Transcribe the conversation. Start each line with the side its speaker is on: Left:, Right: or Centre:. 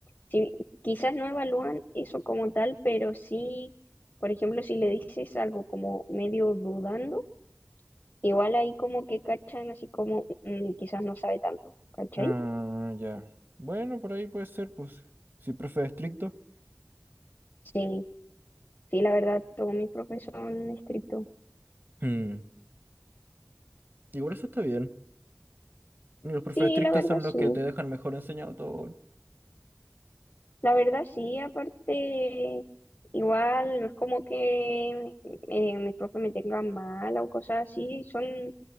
Left: sí, quizás no evalúan eso como tal, pero sí, por ejemplo, si le dices algo como medio dudando, Igual ahí como que cachan, así como mm, quizás no sabe tanto, ¿cachai?
Right: Ah, ya. Bueno, por ahí puede ser, pues. Si el profe es estricto.
Left: Sí, sí, la verdad, todos mis mi son estrictos
Right: Mm, Igual eso está bien. Y Los profes
Left: Sí,
Right: estrictos
Left: la verdad,
Right: son
Left: sí.
Right: los que te dejan mejor enseñado todo.
Left: La verdad, sí, aparte, igual no es como que eh, mis profes me tengan mal o cosas así, son